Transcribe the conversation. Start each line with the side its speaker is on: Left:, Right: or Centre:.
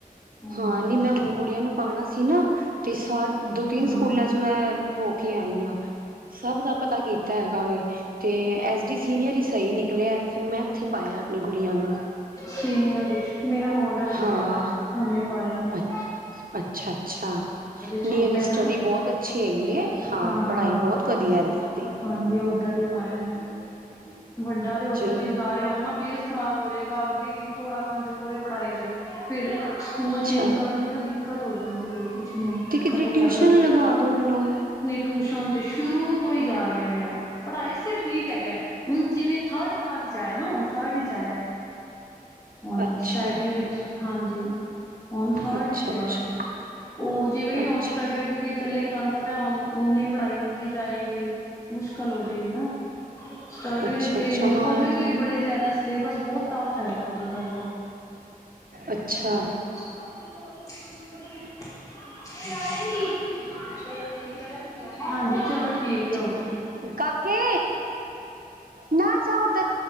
Left: ਹਾਂਜੀ।
Right: ਹਾਂ ਨੀ ਮੈਂ ਹੁਣ ਗੁੜੀਆਂ ਨੂੰ ਪਾਣਾ ਸੀ ਨਾ 'ਤੇ ਸਾਰ ਦੋ, ਤਿੰਨ
Left: ਹਾਂਜੀ।
Right: ਸਕੂਲਾਂ 'ਚ ਮੈਂ ਹੋ ਕੇ ਆਈ ਆ, ਸਭ ਦਾ ਪ ਤਾ ਕੀਤਾ ਹੈਗਾ ਵੇ 'ਤੇ ਐਸ ਡੀ ਸੀਨੀਅਰ ਈ ਸਈ ਨਿਕਲਿਆ ਫਿਰ ਮੈਂ ਇੱਥੇ ਪਾਇਆ ਆਪਣੀ ਗੁੜੀਆਂ ਨੂੰ।
Left: ਸੀਨੀਅਰ ਦੇ ਇਚ ਮੇਰਾ ਮੋਡਲ ਵਿਚ
Right: ਹਾਂ
Left: ਹੈਗਾ ਹੁਨੇ ਪਾਇਆ ਇਨੂੰ।
Right: ਅ ਅੱਛਾ ਅੱਛਾ
Left: ਛੋਟਾ
Right: ਨੀ ਇਹਦੀ
Left: ਹੈ ਨਾ
Right: ਸਟੱਡੀ ਬਹੁਤ ਅੱਛੀ ਹੈਗੀ ਹੈ ਹਾਂ। ਹਾਂ
Left: ਹਾਂ
Right: ਪੜ੍ਹਾਈ ਬਹੁਤ ਵਧੀਆ ਇੱਧਰ। ਦੀ
Left: ਹਾਂਜੀ ਉੱਧਰ ਹੀ ਪਾਇਆ ਮੈਂ ਵੱਡਾ। ਉੱਧਰ
Right: ਚਲੋ
Left: ਹੀ ਜਾ ਰਿਹਾ ਉਹਨਾਂ ਬੇਸ ਖਰਾਬ ਹੋ ਜਾਏ। ਅੱਗੇ ਥੋੜਾ ਕਮਜ਼ੋਰ ਪੜ੍ਹਾਈ ਚ ਫਿਰ ਸਕੂਲ
Right: ਅੱਛਾ
Left: ਚੇਂਜ ਕਰਨ ਦੀ ਨਾ। ਦਿੱਕਤ ਹੋ ਜਾਂਦੀ ਹੋਰ ਕੁਛ ਨੀ
Right: ਤੇ ਕਿਧਰੇ
Left: ਕਦੇ
Right: ਟਿਊਸ਼ਨ
Left: ਇਧਰ ਕਦੇ
Right: ਲਗਾ ਦੋ ਇਹਨੂੰ
Left: ਟਊਸ਼ਨ ਤੇ ਸ਼ੁਰੂ ਤੋਂ ਜਾ ਰਿਹਾ ਮੇਰਾ। ਪੜ੍ਹਾਈ ਚ ਠੀਕ ਹੈਗਾ ਹੁਣ ਜਿਵੇਂ ਥਰਡ ਕਲਾਸ ਵਿੱਚ ਆਇਆ ਨਾ ਹੁਣ ਥਰਡ ਵਿੱਚ ਆਇਆ ਹਣ
Right: ਅੱਛਾ
Left: ਸੈਕਿੰਡ ਵਿਚ ਹਾਂਜੀ ਹਣ ਥਰਡ
Right: ਅੱਛਾ
Left: ਵਿਚ ਹੈਗਾ।
Right: ਅੱਛਾ
Left: ਉਹ ਜਿਵੇਂ
Right: ਅੱਛਾ
Left: ਸਟੱਡੀ ਅੱਗੇ ਅੱਗੇ ਚੱਲੇਗੀ ਤੁਹਾਨੂੰ ਪਤਾ ਹੈ ਓਨੀ ਪੜ੍ਹਾਈ ਵਧਦੀ ਜਾਏ। ਗੀ ਮੁਸ਼ਕਿਲ ਹੋ ਜਾਏਗੀ ਨਾ ਸਟੱਡੀ
Right: ਅੱਛਾ
Left: ਦੇ
Right: ਅੱਛਾ
Left: ਹਿੰਦੂ
Right: ਹਾਂ
Left: ਪਬਲਿਕ
Right: ਇਹ ਤੇ
Left: ਦੀ ਬੜੀ ਜ਼ਿਆਦਾ। ਸਿਲੇਬਸ ਬਹੁਤ ਟੱਫ ਹੈਗਾ ਉੱਧਰ ਦਾ ਵੀ।
Right: ਅੱਛਾ।
Left: <inaudible> <unintelligible> ਹਾਂਜੀ ਚਲੋ। ਹੈ
Right: ਠੀਕ
Left: ਓਕੇ
Right: ਕਾਕੇ ਨਾ ਜਾ ਉਧਰ।